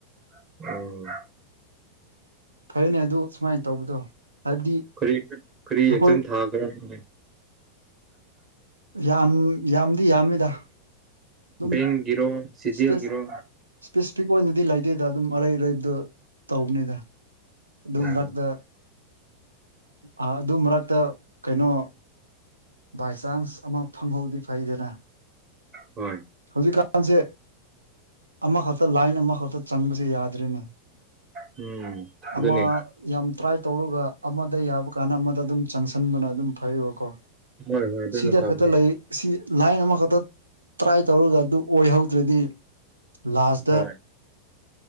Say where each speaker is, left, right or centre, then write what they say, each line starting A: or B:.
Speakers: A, on the right (about 30°); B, on the right (about 80°).
A: <unintelligible>
B: ꯐꯩꯌꯦꯅꯦ ꯑꯗꯨ ꯁꯨꯃꯥꯏꯅ ꯇꯧꯕꯗꯣ ꯍꯥꯏꯕꯗꯤ
A: ꯀꯔꯤ ꯀꯔꯤ
B: ꯑꯩꯈꯣꯏ
A: ꯑꯦꯛꯖꯥꯝ ꯊꯥꯒꯦꯔ ꯅꯪꯗꯤ
B: ꯌꯥꯝ ꯌꯥꯝꯗꯤ ꯌꯥꯝꯃꯤꯗ ꯑꯗꯨꯝ
A: ꯕꯦꯡꯒꯤꯔꯣ ꯁꯤꯖꯤꯑꯦꯜꯒꯤꯔꯣ
B: ꯏꯁꯄꯦꯁ ꯏꯁꯄꯦꯁꯤꯐꯤꯛ ꯑꯣꯏꯅꯗꯤ ꯂꯩꯇꯦꯗ ꯑꯗꯨꯝ ꯑꯔꯩ ꯑꯔꯩꯕꯗꯣ ꯇꯧꯕꯅꯤꯗ ꯑꯗꯨ
A: ꯑꯣ
B: ꯃꯔꯛꯇ ꯑꯥ ꯑꯗꯨ ꯃꯔꯛꯇ ꯀꯩꯅꯣ ꯕꯥꯏ ꯆꯥꯟꯁ ꯑꯃ ꯐꯪꯍꯧꯗꯤ ꯐꯩꯗꯅ
A: ꯍꯣꯏ
B: ꯍꯧꯖꯤꯛꯀꯥꯟꯁꯦ ꯑꯃꯈꯛꯇ ꯂꯥꯏꯟ ꯑꯃꯈꯛꯇ ꯆꯪꯕꯁꯦ ꯌꯥꯗ꯭ꯔꯦꯅꯦ
A: ꯎꯝ ꯑꯗꯨꯅꯤ
B: ꯑꯃ ꯌꯥꯝ ꯇ꯭ꯔꯥꯏ ꯇꯧꯔꯒ ꯑꯃꯗ ꯌꯥꯕ ꯀꯥꯟꯗ ꯑꯃꯗ ꯑꯗꯨꯝ ꯆꯪꯁꯟꯕꯅ ꯑꯗꯨꯝ ꯐꯩꯌꯦꯕꯀꯣ
A: ꯍꯣꯏ ꯍꯣꯏ ꯑꯗꯨꯅ
B: ꯁꯤꯗ
A: ꯐꯕꯅꯦ
B: ꯈꯛꯇ ꯂꯩ ꯁꯤ ꯂꯥꯏꯟ ꯑꯃꯈꯛꯇ ꯇ꯭ꯔꯥꯏ ꯇꯧꯔꯒ ꯑꯗꯨ ꯑꯣꯏꯍꯧꯗ꯭ꯔꯗꯤ ꯂꯥꯁꯗ
A: ꯍꯣꯏ